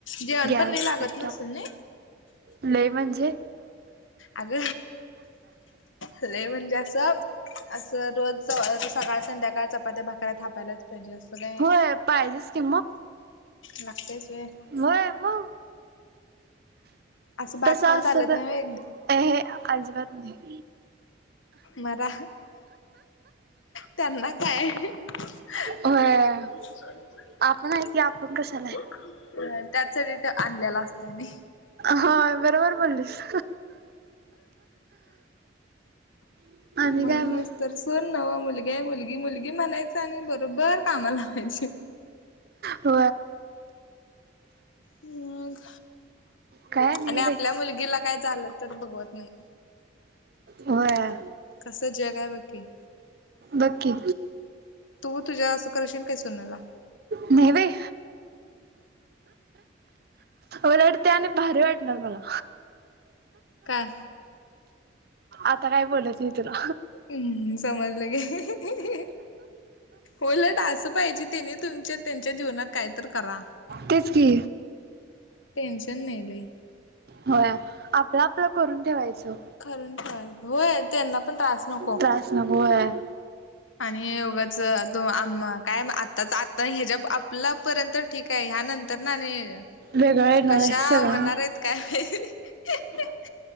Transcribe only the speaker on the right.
गॅस
कट्टा
लय म्हणजे
होय पाहिजेच कि
म मग
तस असत
तर
हे अजिबात नाही
होय आपण आहे की आपण कशाला आहे
हा बरोबर बोललीस आणि
काय मग
व
काय नाही
बाई
होय.
बघ की.
नाय बाई. उलट ते आणि भारी वाटणार मला.
आता काय बोलत नाय तुला.
तेच की.
होय, आपलं आपलं करून ठेवायचं.
त्रास होय.
वेगळं येणार
आहे सगळं